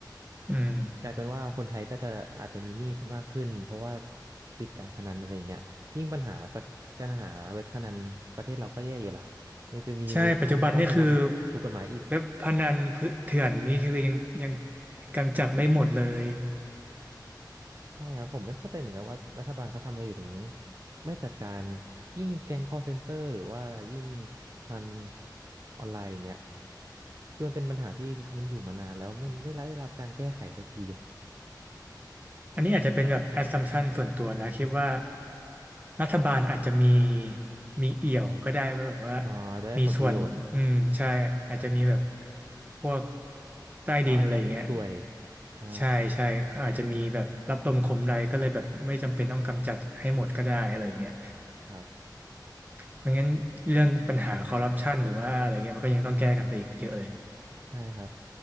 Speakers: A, on the right; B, on the right.
A: อืม
B: กลายเป็นว่าคนไทยก็จะอาจจะมีหนี้เพิ่มมากขึ้นเพราะว่าติดการพนันอะไรอย่างเงี้ยยิ่งปัญหาประการหาเว็บพนันประเทศเราก็แย่อยู่แล้ว <laughs> ยังจะมี
A: ใช่ ปัจจุบันนี่คือ
B: การพนันถูกกฎหมายอีก
A: เว็บพนันเถื่อนนี่คือยังยังกำจัดไม่หมดเลย
B: ใช่ครับผมไม่เข้าใจเหมือนกันว่ารัฐบาลเขาทำอะไรอยู่ถึงไม่จัดการยิ่งแก๊ง call center หรือว่ายิ่งพนันออนไลน์อย่างเงี้ยคือมันเป็นปัญหาที่มันอยู่มานานแล้วมันไม่ได้รับการแก้ไขสักที
A: อันนี้อาจจะเป็นแบบ assumption ส่วนตัวนะคิดว่ารัฐบาลอาจจะมีมีเอี่ยวก็ได้ว่าแบบว่า
B: อ๋อได้ผลประโยชน์
A: มีส่วนอืมใช่อาจจะมีแบบพวกใต้ดินอะไรอย่างเงี้ย
B: เขาอาจจะให้ส่วยอ่า
A: ใช่ใช่อาจจะมีแบบรับลมคมในก็เลยแบบไม่จำเป็นต้องกำจัดให้หมดก็ได้อะไรอย่างเงี้ย
B: ครับ
A: เพราะงั้นเรื่องปัญหาคอร์รัปชันหรือว่าอะไรเงี้ยมันก็ยังต้องแก้กันไปอีกเยอะเลย
B: ใช่ครับ